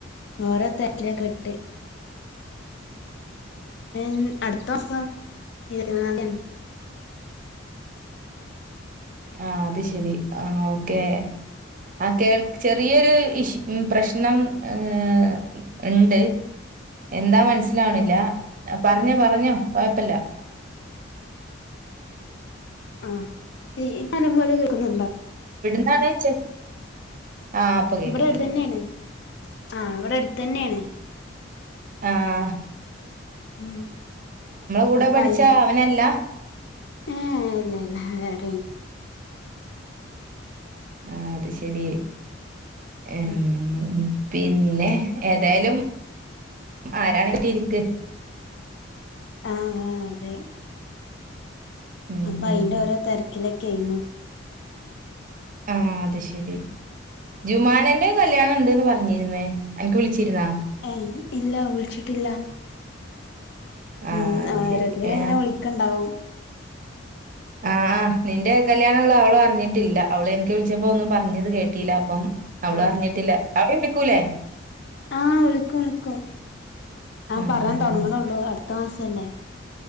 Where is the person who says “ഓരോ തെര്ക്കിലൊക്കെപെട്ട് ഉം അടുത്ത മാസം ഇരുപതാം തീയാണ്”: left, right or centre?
Left